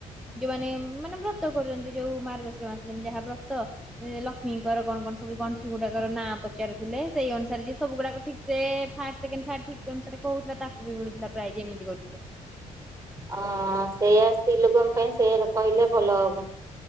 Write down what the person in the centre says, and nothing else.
ଯୋଉମାନେ ମାନେ ବ୍ରତ କରୁଛନ୍ତି ଯୋଉ ମାର୍ଗଶୀର ମାସ ଯେମିତିକା ଯାହା ବ୍ରତ ଏଁ ଲକ୍ଷ୍ମୀଙ୍କର କଣ କଣ ସବୁ ଗଣ୍ଠିଗୁଡାକର ନାଁ ପଚାରୁଥିଲେ? ସେଇ ଅନୁସାରେ ସବୁଗୁଡାକ ଠିକସେ ଫାଷ୍ଟ ସେକେଣ୍ଡ ଥାଡ ଠିକ ଅନୁସାରେ କହୁଥିଲା ତାକୁ ବି ମିଳୁଥିଲା ପ୍ରାଇଜି ଏମିତି କରୁଥିଲେ।